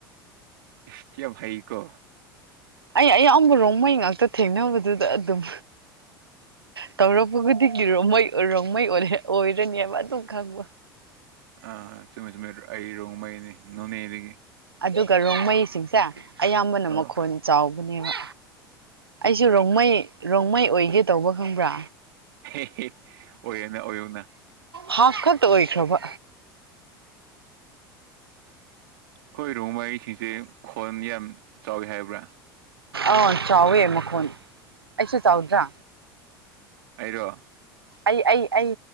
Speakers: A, on the right; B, on the right.
A: ꯏꯁ ꯌꯥꯝ ꯍꯩꯀꯣ
B: ꯑꯩ ꯑꯩ ꯑꯌꯥꯝꯕ ꯔꯣꯡꯃꯩ ꯉꯥꯛꯇ ꯊꯦꯡꯅꯕꯗꯨꯗ ꯑꯗꯨꯝ ꯇꯧꯔꯛꯄ ꯈꯨꯗꯤꯒꯤ ꯔꯣꯡꯃꯩ ꯔꯣꯡꯃꯩ ꯑꯣꯢꯔꯦ ꯑꯣꯏꯔꯅꯤꯕ ꯑꯗꯨꯝ ꯈꯪꯕ
A: ꯑ ꯆꯨꯝꯃꯦ ꯆꯨꯝꯃꯦ ꯑꯩ ꯔꯣꯡꯃꯩꯅꯦ ꯅꯣꯡꯅꯦꯗꯒꯤ
B: ꯑꯗꯨꯒ ꯔꯣꯡꯃꯩꯁꯤꯡꯁꯦ ꯑꯌꯥꯝꯕꯅ
A: ꯑꯥ
B: ꯃꯈꯣꯟ ꯆꯥꯎꯕꯅꯦꯕ ꯑꯩꯁꯨ ꯔꯣꯡꯃꯩ ꯔꯣꯡꯃꯩ ꯑꯣꯏꯒꯦ ꯇꯧꯕ ꯈꯪꯕ꯭ꯔꯥ
A: ꯍꯦꯍꯦ ꯑꯣꯏꯌꯣꯅ ꯑꯣꯏꯌꯣꯅ
B: ꯍꯥꯞꯐ ꯈꯛꯇ ꯑꯣꯏꯈ꯭ꯔꯕ
A: ꯍꯣꯏ ꯔꯣꯃꯩꯁꯤꯡꯁꯦ ꯈꯣꯟ ꯌꯥꯝ ꯆꯥꯎꯋꯤ ꯍꯥꯏꯕ꯭ꯔꯥ
B: ꯑꯥ ꯆꯥꯎꯋꯦ ꯃꯈꯣꯟ ꯑꯩꯁꯨ ꯆꯥꯎꯗ꯭ꯔꯥ
A: ꯑꯩꯔꯣ
B: ꯑꯩ ꯑꯩ ꯑꯩ